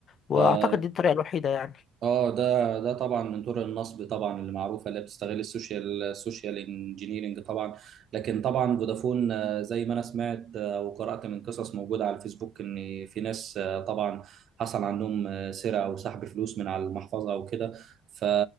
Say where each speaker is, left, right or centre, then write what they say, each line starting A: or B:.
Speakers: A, on the left (about 50°); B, on the right (about 55°).
A: واعتقد
B: آه،
A: دي الطريقه الوحيده يعني
B: اه ده ده طبعا من طرق النصب طبعا اللي معروفه اللي بتستغل السوشيال السوشيال انجينيرنج طبعا لكن طبعا فودافون آه، زي ما انا سمعت آه، وقرات من قصص موجوده على الفيسبوك ان في ناس آه، طبعا حصل عندهم آه، سرقه او سحب فلوس من على المحفظه او كده ف...